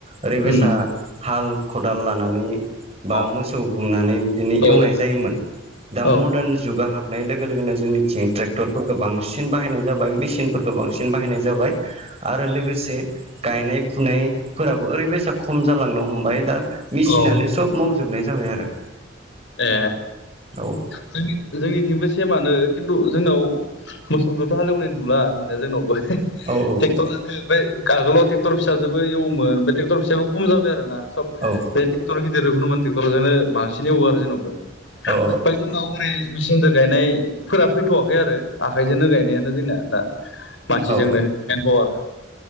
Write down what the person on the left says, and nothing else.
उम
औ
औ
औ
औ
ए
जोंनि-जोंनिथिंबो सेमानो खिन्थु जोंनाव मोसौदोथ' हालेवनाय नुला नुनाया जोंनावबो।
टेक्टर लानो ओमफ्राय आगोलट टेक्टर फिसाजोबो एवोमोन बे टेक्टर फिसाखौ खम जाबाय आरोना सब
बे टेक्टर गिदिरखौनोमोन टेक्टरजोंनो बांसिन एवो आरो जोंनावबो। ओमफाय
जोंनाव ओरै मेसिनदो गायनायफोरा फैथ'वाखै आरो आखाइजोनो गायनायानो जोंना दा। मानसिजोंनो
मेनफावार।